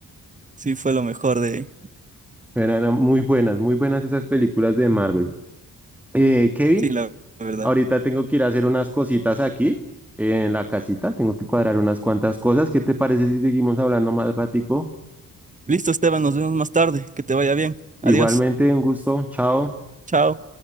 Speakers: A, on the right; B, in the centre.
A: Sí, fue lo mejor de...
B: Pero eran muy buenas, muy buenas esas películas de Marvel. Eh, Kevin,
A: Sí, la verdad.
B: ahorita tengo que ir a hacer unas cositas aquí eh, en la casita, tengo que cuadrar unas cuantas cosas. ¿Qué te parece si seguimos hablando más ratico?
A: Listo, Esteban, nos vemos más tarde. Que te vaya bien. Adiós.
B: Igualmente, un gusto, chao.
A: Chao.